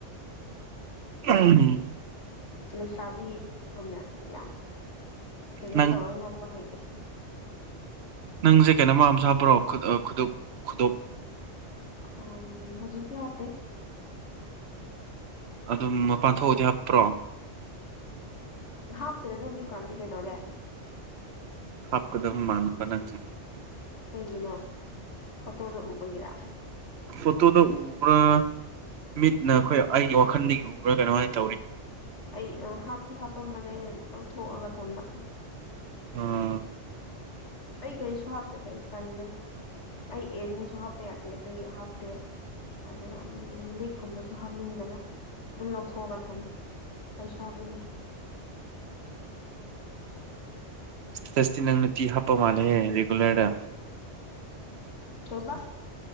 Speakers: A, on the right; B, on the left.
A: ꯑꯝ
B: ꯂꯩꯁꯥꯕꯤꯒꯨꯝꯅ ꯌꯥꯝ ꯀꯩꯅꯣ
A: ꯅꯪ
B: ꯇꯧꯔ ꯅꯣꯛꯄ ꯍꯩꯇꯦ
A: ꯅꯪꯁꯦ ꯀꯩꯅꯣꯝꯃ ꯑꯝꯁꯨ ꯍꯥꯞꯄ꯭ꯔꯣ ꯈꯨ ꯈꯨꯗꯨꯞ ꯈꯨꯗꯣꯞ
B: ꯑꯝ ꯍꯧꯖꯤꯛꯇꯤ ꯍꯥꯞꯇꯦ
A: ꯑꯗꯨꯝ ꯃꯄꯥꯟ ꯊꯣꯛꯑꯗꯤ ꯍꯥꯞꯄ꯭ꯔꯣ
B: ꯍꯥꯞꯇ꯭ꯔꯦꯗ ꯍꯧꯖꯤꯛꯀꯥꯟꯗꯤ ꯀꯩꯗꯧꯔꯦ
A: ꯍꯥꯞꯀꯗꯕ ꯃꯥꯟꯕ ꯅꯪꯁꯦ
B: ꯀꯩꯒꯤꯅꯣ ꯐꯣꯇꯣꯗꯣ ꯎꯕꯒꯤꯔꯥ
A: ꯐꯣꯠꯇꯣꯗ ꯎꯕ꯭ꯔꯥ ꯃꯤꯠꯅ ꯈꯣꯏ ꯑꯩꯒꯤ ꯋꯥꯈꯜꯗꯒꯤ ꯎꯕ꯭ꯔꯥ ꯀꯩꯅꯣꯃꯥꯏ ꯇꯧꯔꯤ
B: ꯑꯩ ꯑ ꯍꯥꯞꯇꯤ ꯍꯥꯞꯄꯝꯕꯅꯦ ꯑꯩꯅ ꯂꯧꯊꯣꯛꯑꯒ ꯊꯝꯕ
A: ꯑꯥ
B: ꯑꯩ ꯀꯔꯤꯁꯨ ꯍꯥꯞꯇꯦꯗ ꯑꯩ ꯇꯟꯕꯒꯤ ꯑꯩ ꯑꯦꯔꯤꯡꯁꯨ ꯍꯥꯞꯄ ꯌꯥꯗꯦ ꯑꯗꯨꯏ ꯍꯥꯞꯇꯦ ꯑꯗꯨꯒ ꯎꯝ ꯂꯤꯛꯀꯨꯝꯕꯁꯨ ꯍꯥꯞꯅꯤꯡꯗꯕ ꯑꯗꯨꯝ ꯂꯧꯊꯣꯛꯑꯒ ꯊꯝꯃꯦ ꯀꯩꯁꯨꯍꯞꯅꯤꯡꯗꯦ
A: ꯁ꯭ꯇꯦꯇꯁꯇꯤ ꯅꯪ ꯅꯨꯇꯤ ꯍꯥꯞꯄ ꯃꯥꯜꯂꯦꯍꯦ ꯔꯤꯒꯨꯂꯔꯗ
B: ꯀꯩꯕꯥ